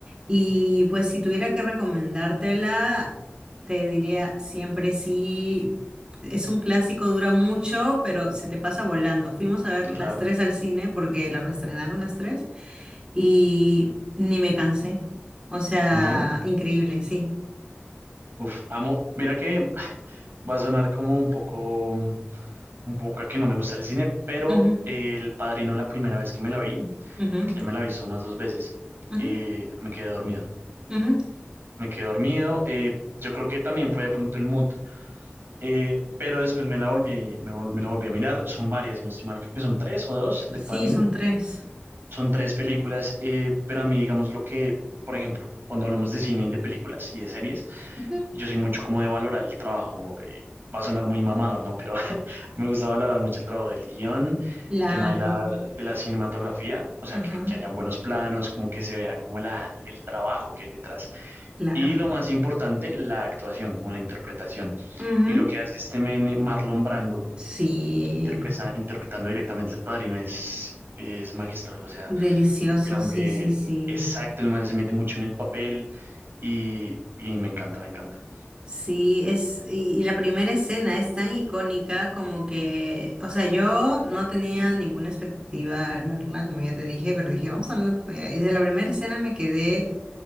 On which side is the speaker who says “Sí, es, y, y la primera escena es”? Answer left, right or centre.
Right